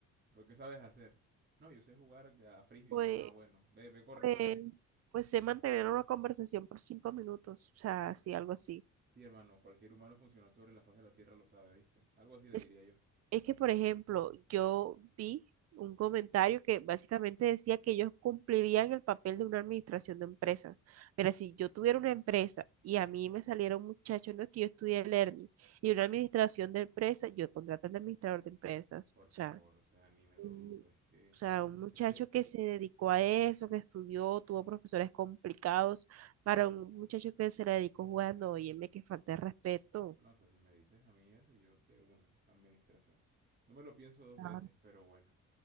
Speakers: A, on the right; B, on the right.
A: pero ¿qué sabes hacer? No, yo sé jugar a frisbee.
B: Pues
A: Y yo, ah, bueno, ve, ve, corre,
B: Pues,
A: juega.
B: pues sé mantener una conversación por cinco minutos, o sea, así, algo así.
A: Sí, hermano, cualquier humano funcional sobre la faz de la Tierra lo sabe, ¿viste? Algo así le
B: Es,
A: diría yo.
B: es que, por ejemplo, yo vi un comentario que básicamente decía que ellos cumplirían el papel de una administración de empresas. Mira, si yo tuviera una empresa y a mí me saliera un muchacho, no es que yo estudié Learning, y una administración de empresas, yo contrato al administrador de empresas,
A: Por
B: o
A: favor,
B: sea,
A: o sea, ni me lo
B: un-
A: dudo, es que,
B: o sea, un muchacho
A: es que,
B: que se dedicó a eso, que estudió, tuvo profesores complicados, para un muchacho que se le dedicó jugando, óyeme, que falta de respeto.
A: no, o sea, si me dices a mí eso, yo de una, administración. No me lo pienso dos
B: Claro.
A: veces, pero bueno.